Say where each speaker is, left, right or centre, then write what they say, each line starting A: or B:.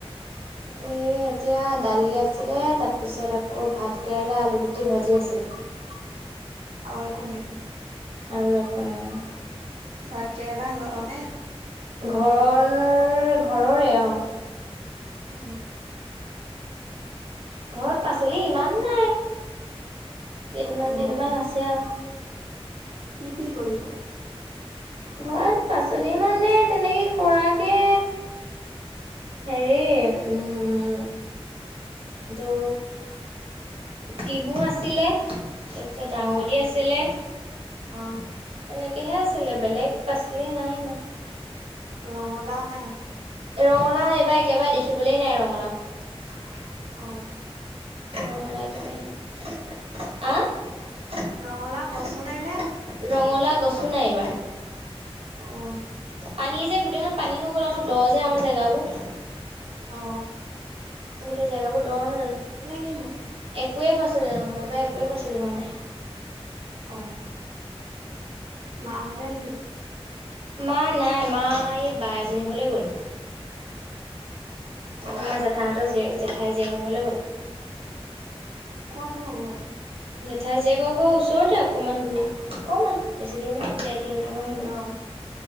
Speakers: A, on the right; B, on the right.
A: <unintelligible> এ, এতিয়া দালি আছিলে তা পিছত আকৌ ভাত কেৰেলা আলু গুটি ভাজি আছিলে। <unintelligible>
B: আৰু একো নাই ভাত
A: আৰু একো নাই অ।
B: কেৰেলা <unintelligible>
A: ঘৰৰ, ঘৰৰে, অ
B: উম'।
A: ঘৰত পাচলি ইমান নাই। কেইটামান
B: অহ
A: কেইটামান আছে আৰু।
B: কি কি কৰিছ?
A: ঘৰত পাচলি মানে তেনেকে কৰাকে হেৰি উম টো টিহু আছিলে। তাৰপিছত ডাঙবদি
B: অহ
A: আছিলে
B: অহ
A: তেনেকে হে আছিলে বেলেগ পাচলি নাই ইমান।
B: ৰঙলাও নাই?
A: ৰঙলাও এইবাৰ একেবাৰে দেখিবলৈ নাই ৰঙলাও।
B: অ।
A: ৰঙলাও একেবাৰে নাই আ
B: ৰঙালাও গছো নাই নে
A: ৰঙলাও গছো নাই এবাৰ।
B: অহ
A: পানী যে, গোটেইখন পানী হৈ গ'ল আকৌ দ যে আমাৰ জেগাবোৰ।
B: অ,
A: গোটেই জেগাবোৰ দ নহয় জানো?
B: কিনো
A: একোৱে পাচলি নহয় এইবাৰ একোৱে পাচলি হোৱা নাই।
B: অ, মাহতে কি কৰিছে?
A: মা নাই, মা এ বা এজনী ঘৰলে গ'ল।
B: অহ
A: আমাৰ জেঠাই হতঁৰ জীয়েক জেঠাই জীয়েকৰ ঘৰলে গ'ল।
B: কত নো ঘৰ?
A: জেঠাই জীয়েক ঘৰ ওচৰতে অকণমান দূৰ অকণমান বেছি দূৰ নহয় দেৰ কিলোমিটাৰ মান হ'ব
B: অহ